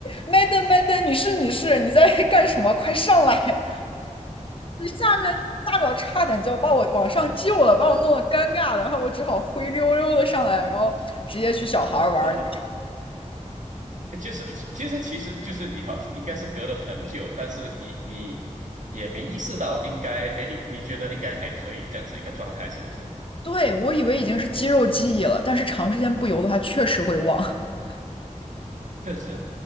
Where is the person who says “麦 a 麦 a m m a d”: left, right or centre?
Left